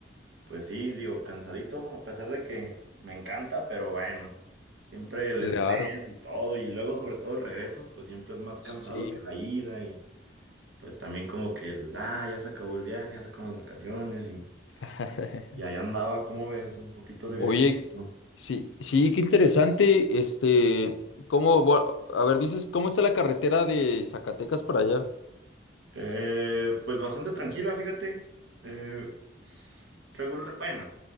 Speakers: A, on the right; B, on the left.
A: Pues sí, digo, cansadito, a pesar de que me encanta, pero bueno, siempre el
B: Claro,
A: estrés y todo, y luego sobre todo el regreso, pues siempre es más cansado
B: sí.
A: que la ida, y pues también como que el, ah, ya se acabó el viaje, ya se acaban las vacaciones, y,
B: <laughs>
A: y ahí andaba, ¿cómo ves? Un poquito de viajecito.
B: Oye, sí, sí, qué interesante. Este, ¿cómo, bu- a ver, dices, ¿cómo está la carretera de Zacatecas para allá?
A: Eh, pues bastante tranquila, fíjate. Eh, s- regular, bueno,